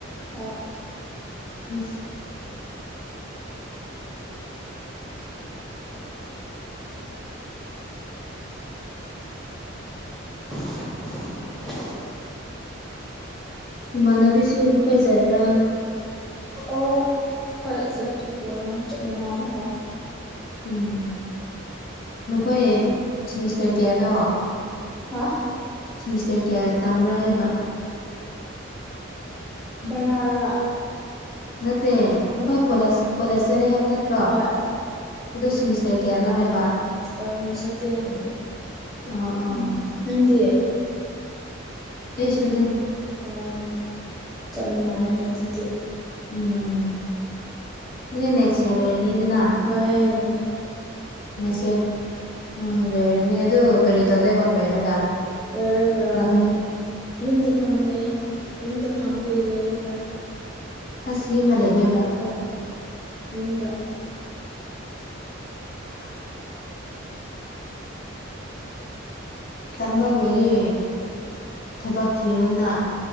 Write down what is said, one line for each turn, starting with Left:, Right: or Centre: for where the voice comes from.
Centre: ꯍꯣꯏ
Left: ꯑꯁ
Centre: <unintelligible>
Left: ꯏꯃꯥꯟꯅꯕꯤꯁꯨ ꯅꯈꯣꯏꯖꯗ꯭ꯔꯥ
Centre: ꯑꯣ ꯍꯣꯏ ꯖꯠꯇꯨꯑꯥ ꯆꯞ ꯃꯅꯥꯏ ꯍꯣꯏ
Left: ꯎꯝ ꯅꯈꯣꯏ ꯁꯤꯃꯤꯁꯇꯔ ꯀꯌꯥꯅꯣ
Centre: ꯍꯥ
Left: ꯁꯤꯃꯤꯁꯇꯔ ꯀꯌꯥ ꯇꯝꯕ꯭ꯔꯥ ꯍꯥꯏꯕ
Centre: ꯕꯔꯥꯔꯥ
Left: ꯅꯠꯇꯦ ꯅꯈꯣꯏ ꯀꯣꯂꯦꯖ ꯀꯣꯂꯦꯖ ꯆꯠꯂꯦ ꯍꯥꯏꯕ ꯅꯠꯇ꯭ꯔꯣ
Centre: ꯍꯣꯏ
Left: ꯑꯗꯣ ꯁꯤꯃꯤꯁꯇꯔ ꯀꯌꯥꯅꯣ ꯍꯥꯏꯕ
Centre: ꯑꯝ ꯁꯀꯦꯟ
Left: ꯑꯥ ꯑꯥ
Centre: ꯎꯝ ꯅꯪꯗꯤ
Left: ꯑꯩꯁꯨꯗꯤ
Centre: ꯑ‌ꯣ ꯆꯞ ꯃꯥꯟꯅꯔꯅꯤ ꯑꯗꯨꯗꯤ
Left: ꯎꯝ ꯑꯗꯨꯗꯤ ꯅꯦꯛꯁ ꯏꯌꯥꯔ ꯂꯣꯏꯔꯅꯤꯅ‌ꯦ ꯅꯥ
Centre: ꯍꯣꯏꯌꯦ
Left: ꯅ‌ꯦꯁꯌꯥꯔ ꯎꯝ ꯂꯣꯏꯔ ꯅꯦ ꯑꯗꯨ ꯀꯔꯤ ꯇꯧꯗꯣꯏꯕ ꯂꯣꯏꯔꯒ
Centre: ꯂꯣꯏꯔꯒ
Left: ꯂꯥꯍꯨꯝ
Centre: ꯌꯨꯝꯗ ꯐꯝꯉꯦ ꯌꯨꯝꯗ ꯐꯝꯒꯦ ꯂꯣꯏꯔꯒ
Left: ꯑꯁ ꯌꯨꯝꯗ ꯂꯩꯗꯣꯏꯕ
Centre: ꯍꯣꯏ ꯌꯨꯝꯗ
Left: <unintelligible> <inaudible> ꯇꯝꯕ ꯂꯣꯏꯔꯦ ꯊꯕꯛ ꯊꯤꯔꯣꯗꯅ